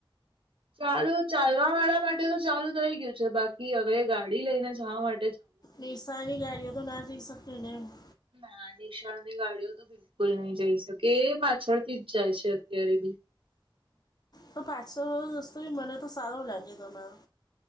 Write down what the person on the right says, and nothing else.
ચાલુ ચાલવા વાળા માટે તો ચાલુ થઈ ગીયુ છે. બાકી હવે ગાડી લઈને જવા મા
ના નિશાળની ગાડીઓ તો બિલકુલ નહી જઈ શકે એ પાછળથી જ જાય છે અત્યારે બી.